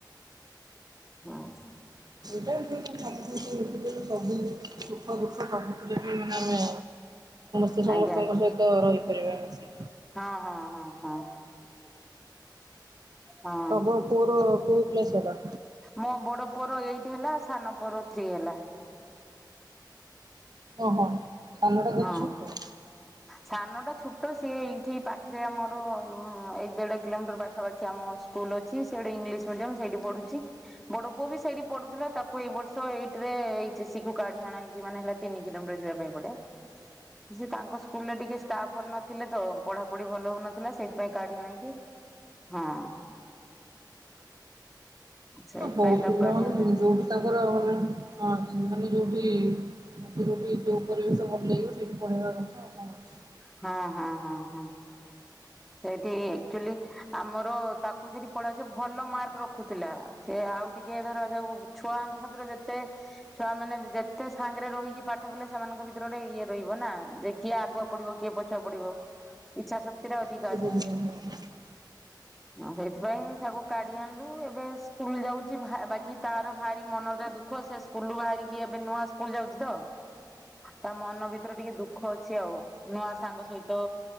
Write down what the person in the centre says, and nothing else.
ହଁ।
ଆଜ୍ଞା
ହଁ ହଁ ହଁ ହଁ। ହଁ
ମୋ ବଡ଼ ପୁଅର ଏଇଟ୍ ହେଲା। ସାନପୁଅର ଥ୍ରୀ ହେଲା।
ହଁ।
ସାନ ଟା ଛୋଟ ସିଏ ଏଇଠି ପାଖରେ ଆମର ଉ ଦେଢ କିଲୋମିଟର ପାଖାପାଖି ଆମ ସ୍କୁଲ ଅଛି ସେଇଠି ଇଂଲିଶ ମିଡିମ ସେଇଠି ପଢୁଛି ବଡ ପୁଅ ବି ସେଇଠି ପଢୁଥିଲା ତାକୁ ଏଇ ବର୍ଷ ଏଇଟ୍ ରେ ଏଚେ ଏସେ ସି କୁ କାଢି ଅଣାହେଇଛି ମାନେ ହେଲା ତିନି କିଲୋମିଟର ଯିବା ପାଇଁ ପଡେ। ସେ ତାଙ୍କ ସ୍କୁଲରେ ଟିକେ ଷ୍ଟାଫ ଭଲ ନଥିଲେ ତ ପଢାପଢି ଭଲ ହଉନଥିଲା ସେଇଥିପାଇଁ କାଢି ଆଣିଆଇଲି ହଁ ସେଇଥିପାଇଁ
ତାକୁ
କାଢି ଆଣିଲେ
ହଁ ହଁ ହଁ ହଁ। ସେଇଠି ଆକ୍ଚୁଆଲି ଆମର ତାକୁ ସେଠି ପଢା ସ ଭଲ ମାର୍କ ରଖୁଥିଲା। ସେ ଆଉ ଟିକେ ଧର ଯାଉ। ଛୁଆଙ୍କ ସାଥିରେ ଯେତେ ଛୁଆ ମାନେ ଯେତେ ସାଙ୍ଗରେ ରହିକି ପାଠ ପଢିଲେ ସେମାନଙ୍କ ଭିତରେ ଗୋଟେ ଇଏ ରହିବ ନା। ଯେ କିଏ ଆଗୁଆ ପଡିବ କିଏ ପଛୁଆ ପଡିବ। ଇଚ୍ଛା ଶକ୍ତିରେ ଅଧିକ
ସେଇଥିପାଇଁ ସବୁ କାଢି ଆଣିଲୁ। ଏବେ ସ୍କୁଲ୍ ଯାଉଛି ବାକି ତାର ଭାରି ମନଟା ଦୁଃଖ ସେ ସ୍କୁଲ୍ ବାହାରିକି ଏବେ ନୂଆ ସ୍କୁଲ୍ ଯାଉଛି ତ। ତା ମନ ଭିତରେ ଟିକେ ଦୁଃଖ ଅଛି ଆଉ। ନୂଆ ସାଙ୍ଗ ସହିତ